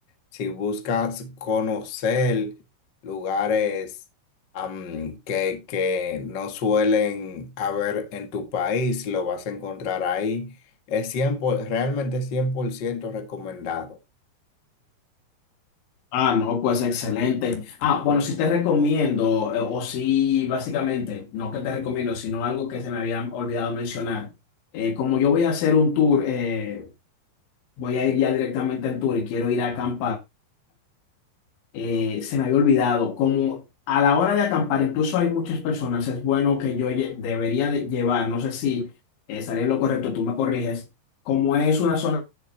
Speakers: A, on the left (about 50°); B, on the left (about 85°).
A: Si buscas conocer lugares am, que, que no suelen haber en tu país, lo vas a encontrar ahí. Es cien por- realmente 100% recomendado.
B: Ah, no, pues excelente. Ah, bueno, sí te recomiendo, eh, o sí, básicamente, no que te recomiendo, sino algo que se me había olvidado mencionar eh, como yo voy a hacer un tour, eh, voy a ir ya directamente al tour y quiero ir a acampar. Eh, se me había olvidado, como a la hora de acampar, incluso hay muchas personas, es bueno que yo lle- debería de llevar, no sé si eh, estaré lo correcto, tú me corriges, como es una zona